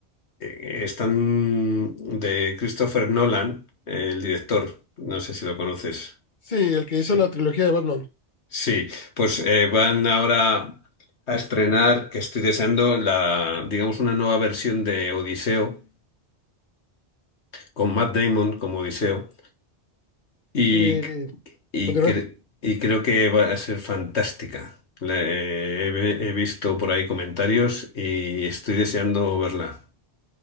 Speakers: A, on the left (about 80°); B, on the left (about 45°).
A: Eh, están de Christopher Nolan, eh, el director. No sé si lo conoces.
B: Sí, el que
A: Sí,
B: hizo la trilogía de Batman.
A: sí. Pues eh, van ahora a estrenar, que estoy deseando, la, digamos, una nueva versión de Odiseo, con Matt Damon como Odiseo. Y,
B: Eh,
A: y,
B: continúa.
A: cre- y creo que va a ser fantástica. La- he, he visto por ahí comentarios y estoy deseando verla.